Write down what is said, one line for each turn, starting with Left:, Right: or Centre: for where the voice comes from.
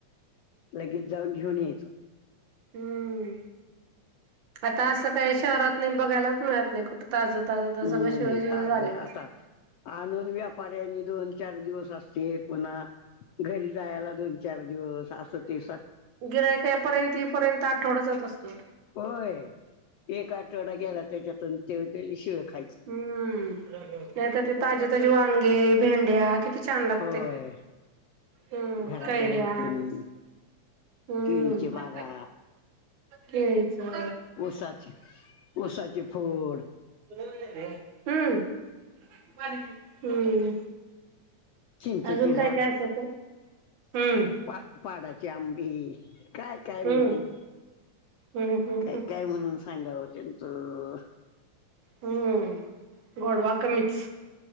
Left: लगेच जाऊन घेऊन यायचो.
Right: हम्म, आता असं काही शहरात नाही बघायलाच मिळत नाही कुठ. ताजं ताज
Left: हम्म
Right: सगळं शिळ शिळ
Left: ताज
Right: झालंय.
Left: आता आणून व्यापाऱ्यांनी दोन चार दिवस असते पुन्हा घरी जायाला. दोन चार दिवस अस ते स
Right: गिरायक यापर्यंत येईपर्यंत आठवडा जात असतो.
Left: होय, एक आठवडा गेला त्याच्यातून ते शिळ खायच.
Right: हम्म नाही तर ते ताजे ताजे वांगे, भेंड्या किती छान लागतय,
Left: होय.
Right: हम्
Left: घराच्या
Right: कैऱ्या
Left: भोवतणी
Right: हम्म,
Left: केळीचे बागा
Right: केळीचा.
Left: उसाचे, उसाचे फोड.
Right: हम्म हम्म.
Left: चिंचेची
Right: अजून काय काय असतं, हम्म.
Left: पाक, पाडाची आंबी. काय काय
Right: हम्म
Left: म्हणून,
Right: हम्म हम्म
Left: काय काय म्हणून सांगावं त्यांचं.
Right: हम्म, गोडवा कमीच,